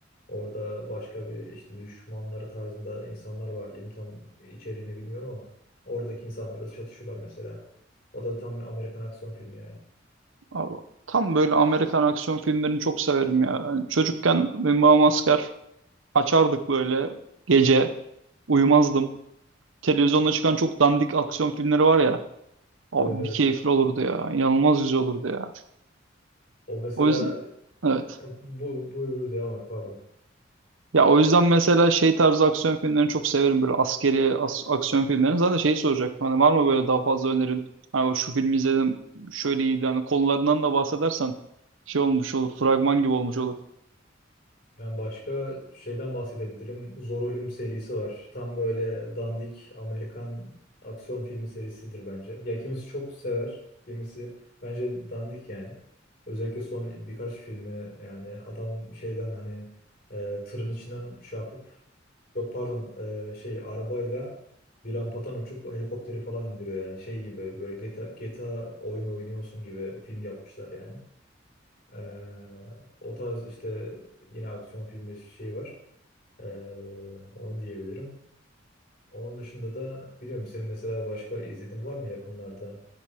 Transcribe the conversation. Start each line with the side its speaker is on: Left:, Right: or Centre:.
Left: Orada başka bir işte düşmanları tarzında insanlar var diyeyim. Tam içeriğini bilmiyorum ama oradaki insanlarla çatışıyorlar mesela. O da tam Amerikan aksiyon filmi yani.
Right: Abi, tam böyle Amerikan aksiyon filmlerini çok severim ya. Yani çocukken benim babam asker açardık böyle gece. Uyumazdım. Televizyonda çıkan çok dandik aksiyon filmleri var ya. Abi
Left: Evet evet.
Right: bir keyifli olurdu ya. İnanılmaz güzel olurdu ya.
Left: O mesela
Right: O yüzden evet.
Left: Ya, Bu, buyur buyur devam et pardon.
Right: Ya o yüzden mesela şey tarzı aksiyon filmlerini çok severim böyle askeri as- aksiyon filmlerini. Zaten şeyi soracaktım hani var mı böyle daha fazla önerin? Hani şu filmi izledim şöyle iyiydi hani konularından da bahsedersen şey olmuş olur fragman gibi olmuş olur.
Left: Yani başka şeyden bahsedebilirim. Zor Ölüm serisi var. Tam böyle dandik Amerikan aksiyon filmi serisidir bence. Ya kimisi çok sever, kimisi bence dandik yani. Özellikle son birkaç filmi yani adam şeyden hani e, tırın içinden şey yapıp yok pardon e, şey arabayla bir rampadan uçup helikopteri falan indiriyor yani şey gibi böyle GTA, GTA oyun oynuyorsun gibi film yapmışlar yani. Ee, o tarz işte yine aksiyon filmi şey var. Ee, onu diyebilirim. Onun dışında da biliyorum senin mesela başka izlediğin var mı yakınlarda